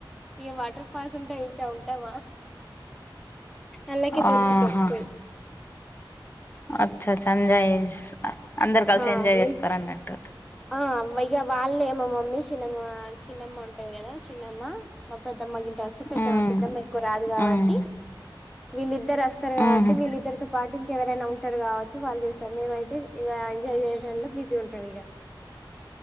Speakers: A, in the centre; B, on the left.
A: ఇగ వాటర్ ఫాల్స్ ఉంటయి ఇకా ఉంటామా అళ్ళకే దునుకుతాం
B: ఆహా
A: పోయి
B: అచ్చ అచ్చా ఎంజాయ్ అందరు కలిసి
A: ఆ
B: ఎంజాయ్
A: మేం
B: చేస్తారు అన్నట్టు
A: ఆ ఇక వాళ్ళే మా మమ్మీ చిన్నమ్మ చిన్నమ్మ ఉంటంది కదా చిన్నమ్మ మా పెద్దమ్మ గింటే వస్తే పెద్దమ్మ
B: ఉమ్
A: పెద్దమ్మ ఎక్కువ రాదు కాబట్టి
B: ఉమ్
A: వీళ్ళిద్దరు వస్తారు కాబట్టి
B: ఉహు
A: వీళ్ళిద్దరితో పాటు ఇంకెవరైనా ఉంటారు కావచ్చు వాళ్ళు చేస్తారు మేమైతే ఇక ఎంజాయ్ చేయడాంలో బీతి ఉంటాంది ఇక